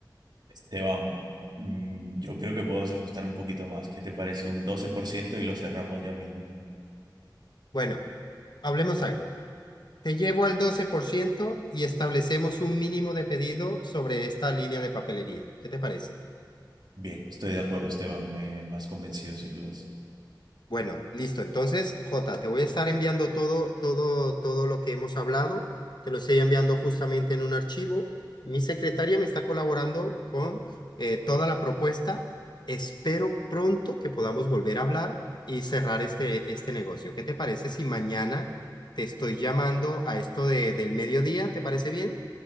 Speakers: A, on the right; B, on the left.
A: Esteban, mm, yo creo que podemos ajustar un poquito más. ¿Qué te parece un 12% y lo cerramos ya mismo?
B: Bueno, hablemos algo. Te llevo al 12% y establecemos un mínimo de pedido sobre esta línea de papelería. ¿Qué te parece?
A: Bien, estoy de acuerdo, Esteban, me, me has convencido sin dudas.
B: Bueno, listo. Entonces, Jota, te voy a estar enviando todo, todo, todo lo que hemos hablado. Te lo estoy enviando justamente en un archivo. Mi secretaria me está colaborando con eh, toda la propuesta. Espero pronto que podamos volver a hablar y cerrar este, este negocio. ¿Qué te parece si mañana te estoy llamando a esto de, del mediodía? ¿Te parece bien?